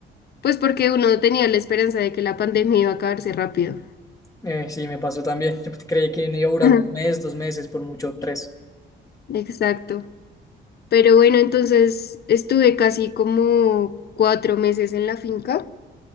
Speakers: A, on the left (about 55°); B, on the left (about 15°).
A: pues porque uno tenía la esperanza de que la pandemia iba a acabarse rápido.
B: Eh, sí, me pasó también. Yo creí que me iba a durar
A: <laughs> Ujú.
B: un mes, dos meses, por mucho tres.
A: Exacto. Pero bueno, entonces estuve casi como cuatro meses en la finca.